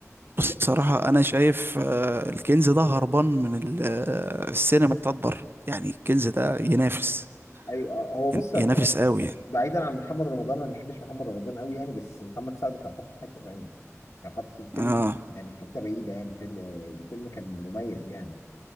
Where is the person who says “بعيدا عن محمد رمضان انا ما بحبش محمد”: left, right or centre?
Left